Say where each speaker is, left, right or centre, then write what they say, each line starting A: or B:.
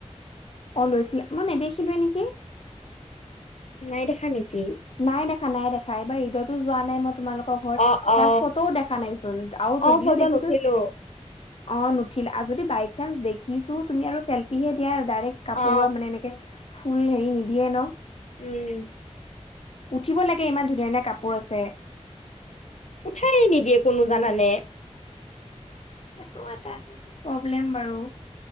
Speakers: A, on the left; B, on the left.
A: অ, লৈছিলা। মই নেদেখিলোৱেই নেকি?
B: নাই দেখা নেকি?
A: নাই দেখা, নাই দেখা, এইবাৰ ঈদতো যোৱা নাই, মই তোমালোকক ঘৰত,
B: অ অ
A: প্লাছ ফটোও দেখা নাই চোন, আৰু
B: অ
A: যদিও
B: ফটো
A: দেখিছো
B: নুঠিলো
A: অ, নুঠিল আৰু যদি বাই চান্স দেখিছো, তুমি আৰু চেল্ফিহে দিয়া ডাইৰেক্ট। কাপোৰৰ
B: অ
A: মানে এনেকে, ফুল হেৰি নিদিয়ে ন,
B: উম,
A: উঠিব লাগে, ইমান ধুনীয়া-ধুনীয়া কাপোৰ আছে।
B: উঠাই নিদিয়ে, কোনো জানানে।
A: সেইটো এটা প্ৰব্লেম বাৰু,